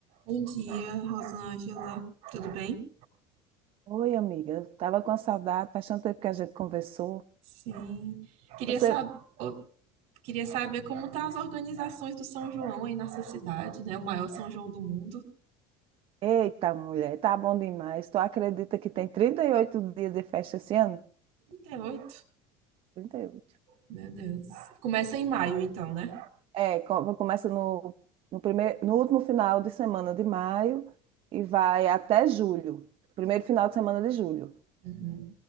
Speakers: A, on the right (about 65°); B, on the right (about 50°).
A: Bom dia, Rosângela. Tudo bem?
B: Oi, amiga. Tava com a saudade, faz tanto tempo que a gente conversou.
A: Sim. Queria
B: Você,
A: sab... ô, Queria saber como estão as organizações do São João aí nessa cidade, né? O maior São João do mundo.
B: eita, mulher, tá bom demais. Tu acredita que tem 38 dias de festa esse ano?
A: 38.
B: trinta e oito.
A: Meu Deus. Começa em maio, então, né?
B: É, co- começa no, no primeiro, no último final de semana de maio e vai até julho. Primeiro final de semana de julho.
A: Uhum.